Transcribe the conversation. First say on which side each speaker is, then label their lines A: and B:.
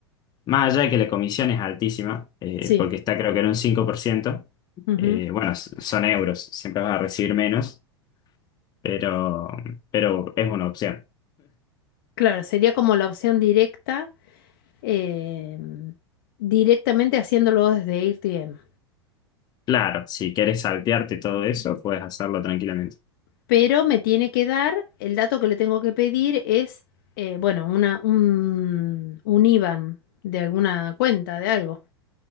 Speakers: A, on the left; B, on the left.
A: Más allá de que la comisión es altísima, eh,
B: sí,
A: porque está creo que en un 5%,
B: ujú.
A: eh, bueno, s- son euros, siempre vas a recibir menos, pero, pero es una opción.
B: Claro, sería como la opción directa, eh, directamente haciéndolo desde AirTM.
A: Claro, si quieres saltearte todo eso, puedes hacerlo tranquilamente.
B: Pero me tiene que dar, el dato que le tengo que pedir es, eh, bueno, una, un, un IBAN de alguna cuenta, de algo.